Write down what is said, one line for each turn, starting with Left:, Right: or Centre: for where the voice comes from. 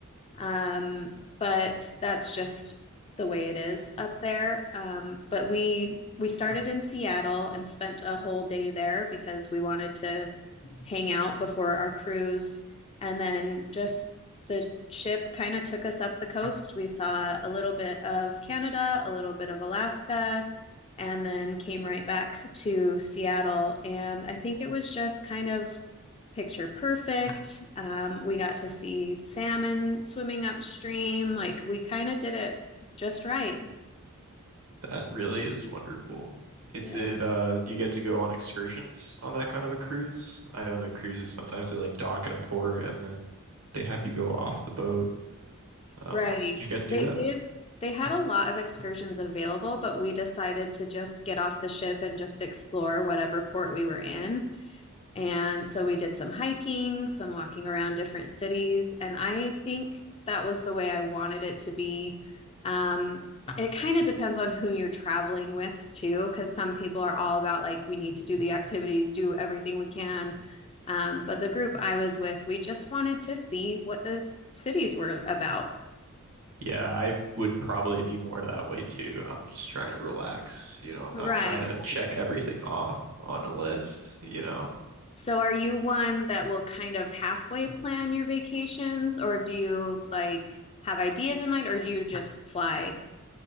Left: Um, but that's just the way it is up there. Um, but we we started in Seattle and spent a whole day there because we wanted to hang out before our cruise. And then just the ship kind of took us up the coast. We saw a little bit of Canada, a little bit of Alaska, and then came right back to Seattle. And I think it was just kind of picture perfect. Um, we got to see salmon swimming upstream. Like we kind of did it just right.
Right: That really is wonderful. It's
Left: Yeah.
Right: it uh you get to go on excursions on that kind of a cruise. I know the cruises sometimes they like dock at a port and then they have you go off the boat. Uh,
Left: Right.
Right: did you get
Left: They
Right: to do that?
Left: did, they had a lot of excursions available, but we decided to just get off the ship and just explore whatever port we were in. And so we did some hiking, some walking around different cities. And I think that was the way I wanted it to be. Um, it kind of depends on who you're traveling with, too, because some people are all about like, we need to do the activities, do everything we can. Um, but the group I was with, we just wanted to see what the cities were about.
Right: Yeah, I would probably be more that way too. I'm just trying to relax. You know, I'm
Left: Right.
Right: not trying to check everything off on a list, you know.
Left: So are you one that will kind of halfway plan your vacations, or do you like have ideas in mind, or do you just fly?